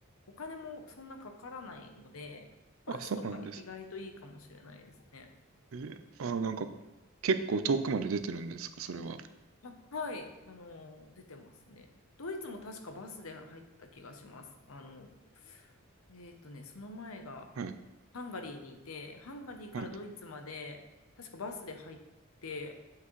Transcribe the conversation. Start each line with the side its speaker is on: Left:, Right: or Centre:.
Left: お金もそんなかからないので、バスとか意外といいかもしれないですね。
Right: あ、そうなんです。え、あ、なんか、結構遠くまで出てるんですか、それは。
Left: あ、はい、あの、出てますね。ドイツも確かバスで入った気がします。あの、えっとね、その前が
Right: はい。
Left: ハンガリーにいて、ハンガリーからドイツまで、
Right: はい。
Left: 確かバスで入って、